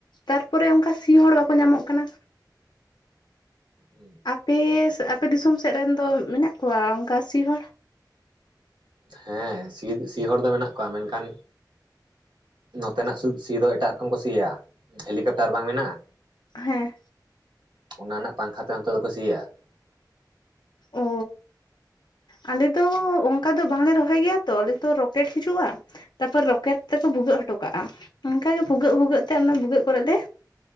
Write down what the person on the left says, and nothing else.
ᱛᱟᱨᱯᱚᱨᱮ ᱚᱱᱠᱟ ᱥᱤ ᱦᱚᱲ ᱵᱟᱠᱚ ᱧᱟᱢᱚᱜ ᱠᱟᱱᱟ ᱾
ᱟᱯᱮ ᱟᱯᱮ ᱫᱤᱥᱚᱢ ᱥᱮᱫ ᱨᱮᱱ ᱫᱚ ᱢᱮᱱᱟᱜ ᱠᱚᱣᱟ ᱚᱝᱠᱟ ᱥᱤ ᱦᱚᱲ?
ᱦᱮᱸ
ᱚ ᱟᱞᱮ ᱫᱚ ᱚᱝᱠᱟ ᱫᱚ ᱵᱟᱝᱞᱮ ᱨᱚᱦᱚᱭ ᱜᱮᱭᱟ ᱛᱚ ᱟᱞᱮ ᱫᱚ ᱨᱚᱠᱮᱴ ᱦᱤᱡᱩᱜᱼᱟ ᱾ ᱛᱟᱨᱯᱚᱨ ᱨᱚᱠᱮᱴ ᱛᱮᱠᱚ ᱵᱷᱩᱜᱟᱹᱜ ᱦᱚᱴᱚ ᱠᱟᱜᱼᱟ ᱾ᱚᱱᱠᱟᱜᱮ ᱵᱷᱩᱜᱟᱹᱜ ᱵᱷᱩᱜᱟᱹᱜ ᱛᱮ ᱚᱱᱟ ᱵᱷᱩᱜᱟᱹᱜ ᱠᱚᱨᱮ ᱞᱮ